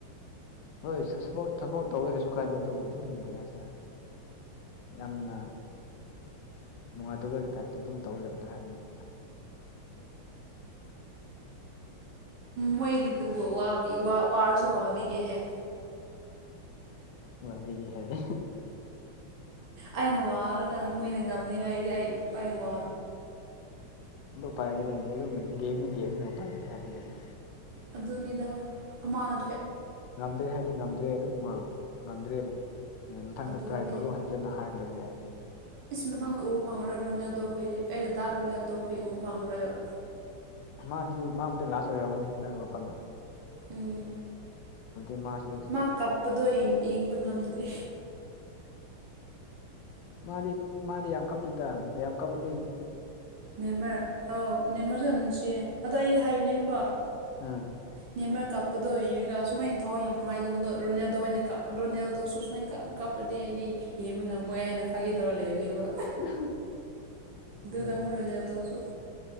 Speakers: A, on the left; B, on the right.
A: ꯍꯣꯏ ꯁꯄꯣꯔꯠ ꯁꯄꯣꯔꯠ ꯇꯧꯋꯦ ꯀꯩꯁꯨ ꯀꯥꯏꯗꯦ ꯑꯗꯨꯕꯨ ꯑꯗꯨꯝ ꯀꯩꯅ ꯍꯥꯏꯁꯤꯔꯦ ꯌꯥꯝꯅ ꯅꯨꯡꯉꯥꯏꯇꯕꯒꯤ ꯇꯥꯏꯞꯇ ꯑꯗꯨꯝ ꯇꯧꯍꯜꯂꯕꯗꯣ ꯍꯥꯏꯕꯅꯤ
B: ꯃꯣꯏꯒꯤꯗꯨꯕꯨ ꯋꯥꯕꯤ ꯋꯥ ꯋꯥꯔꯁꯨꯋꯥꯕꯤꯒꯦ ꯍꯥꯏꯦ
A: ꯉꯕꯤ ꯍꯥꯏ
B: ꯑꯩꯅ ꯋꯥꯔꯒꯥꯟ ꯃꯣꯏꯅ ꯉꯝꯅꯤ ꯍꯥꯏꯗꯤ ꯑꯩ ꯑꯩꯅ ꯋꯥ
A: ꯑꯗꯨ ꯄꯥꯏꯔꯅꯤ ꯑꯗꯨꯝ ꯒꯦꯝꯅꯤ ꯦꯝꯅꯤ ꯄꯥꯏꯔꯀꯦ ꯍꯥꯏꯅꯤꯡ ꯑꯗꯨ
B: ꯑꯗꯨꯅꯤꯗ ꯍ ꯑꯃꯅ
A: ꯉꯝꯗ꯭ꯔꯦ ꯍꯥꯏꯗꯤ ꯉꯝꯗ꯭ꯔꯦ ꯑꯗꯨꯝ ꯉꯝꯗ꯭ꯔꯦꯕ ꯃꯊꯪꯗ
B: ꯑꯗꯨꯅꯦ
A: ꯇ꯭ꯔꯥꯏ ꯇꯧꯔꯛ ꯈꯟꯖꯅ ꯍꯥꯏ ꯂꯣꯏꯔꯦ ꯍꯥꯏꯕꯅꯦ
B: ꯏꯁ ꯃꯊꯪꯗ ꯎꯕ ꯐꯪꯉꯔꯣꯏ ꯔꯣꯅꯦꯜꯗꯣ ꯈꯣꯏꯗꯤ ꯑꯩꯗ ꯗꯥ ꯔꯣꯅꯦꯜꯗꯣ ꯈꯣꯏ ꯎꯕ ꯐꯪꯉꯔꯦꯕ
A: ꯃꯥ ꯑꯗꯨꯗꯤ ꯃꯥꯕꯨꯗꯤ ꯂꯥꯁ ꯑꯣꯏꯔꯝꯅꯤ ꯍ ꯀꯅ
B: ꯎꯝ
A: ꯃꯥꯁꯦ
B: ꯃꯥ ꯀꯞꯄꯗꯣ ꯑꯩ ꯌꯦꯡꯕ ꯉꯝꯗꯦ
A: ꯃꯥꯗꯤ ꯃꯥꯗꯤ ꯌꯥꯝ ꯀꯞꯗ ꯌꯥꯝ ꯀꯄꯗꯤ
B: ꯅꯦꯝꯃꯔ ꯑꯥꯎ ꯅꯦꯝꯃꯔꯁꯨ ꯌꯥꯝ ꯅꯨꯡꯁꯤꯌꯦ ꯑꯗꯣ ꯑꯩ ꯍꯥꯏꯕꯅꯦꯕꯀꯣ
A: ꯎꯝ
B: ꯀꯄ ꯀꯞꯄꯗ ꯑꯣꯏꯔꯒ ꯑꯨꯃꯥꯏꯅ ꯊꯋꯥꯏ ꯌꯥꯝꯅ ꯅꯨꯡꯉꯥꯏꯗꯕꯗꯣ ꯔꯣꯅꯦꯜꯗ ꯑꯣꯏꯅ ꯀ ꯔꯣꯅꯦꯜꯗꯁꯨ ꯁꯨꯃꯥꯏꯅ ꯀ ꯀꯞꯄꯗꯤ ꯑꯩꯗꯤ ꯌꯦꯡꯕ ꯉꯝꯃꯣꯏ ꯍꯥꯏꯅ ꯐꯥꯦ ꯇꯧꯔ ꯂꯩꯕꯅꯦꯕ
A: <inaudible>
B: ꯑꯗꯨ ꯍꯔꯦꯜꯗꯁꯨ